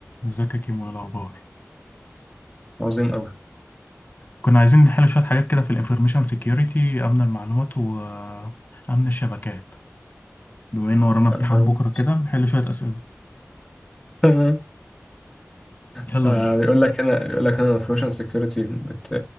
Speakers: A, on the left (about 40°); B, in the centre.
A: ازيك يا كيمو ايه الاخبار
B: عظيم أوي
A: كنا عايزين نحل شويه حاجات كده في الانفورميشن سيكيورتي امن المعلومات وامن الشبكات بما ان ورانا امتحان
B: تمام
A: بكره كده نحل شويه اسئله
B: تمام
A: يلا
B: فبيقول
A: بينا
B: لك هنا بيقول لك هنا الانفورميشن سكيورتي بت...